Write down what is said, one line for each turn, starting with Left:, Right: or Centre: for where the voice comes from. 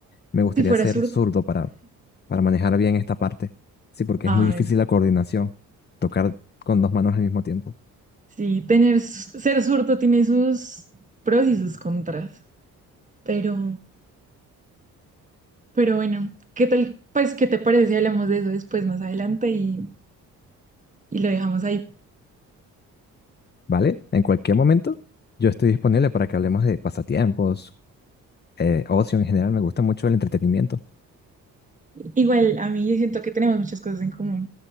Left: me gustaría
Right: Si fuera
Left: ser
Right: zurdo.
Left: zurdo para, para manejar bien esta parte. Sí, porque
Right: Ay,
Left: es muy difícil la coordinación, tocar con dos manos al mismo tiempo.
Right: sí, tener, s- ser zurdo tiene sus pros y sus contras. Pero, pero bueno, ¿qué tal? Pues, ¿qué te parece si hablamos de eso después, más adelante y, y lo dejamos ahí?
Left: ¿vale? En cualquier momento, yo estoy disponible para que hablemos de pasatiempos, eh, ocio en general. Me gusta mucho el entretenimiento.
Right: Igual, a mí yo siento que tenemos muchas cosas en común.